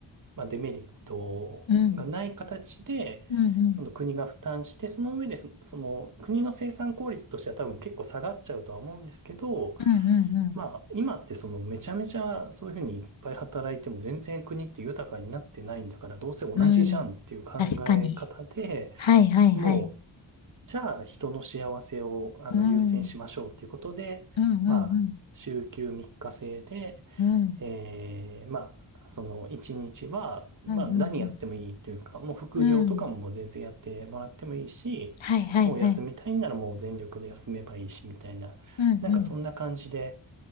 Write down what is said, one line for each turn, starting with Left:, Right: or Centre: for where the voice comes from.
Right: まあ、デメリットがない形で、
Left: うん。うんうん。
Right: その国が負担して、その上でそ、その国の生産効率としては多分結構下がっちゃうとは思うんですけど、
Left: うん、うん、うん、
Right: まあ、今ってそのめちゃめちゃそういうふうにいっぱい働いても全然国って豊かになってないんだから、どうせ同じじゃんっていう考え方で、
Left: うん。確かに。はいはいはい。
Right: もうじゃあ人の幸せをあの優先しましょうということで、
Left: うん。うんうん
Right: まあ、週休3日制で、
Left: うん。うん。
Right: えー、まあ、その1日は、まあ何やってもいいというか、
Left: うんうん
Right: もう副業とかももう全然やってもらってもいいし、
Left: うん。うん。はいはいはい。
Right: もう休みたいんならもう全力で休めばいいしみたいな、
Left: うんうん。
Right: なんかそんな感じで、